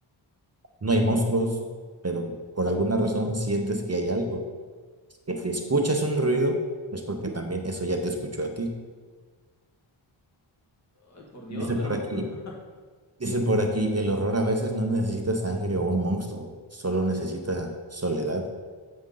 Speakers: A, on the right; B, on the left.
A: no hay monstruos, pero por alguna razón sientes que hay algo. Que si escuchas un ruido, es porque también eso ya te escuchó a ti.
B: Ay, por Dios,
A: Dice
B: pero...
A: por aquí.
B: <laughs>
A: Dice por aquí, el horror a veces no necesita sangre o un monstruo, solo necesita soledad.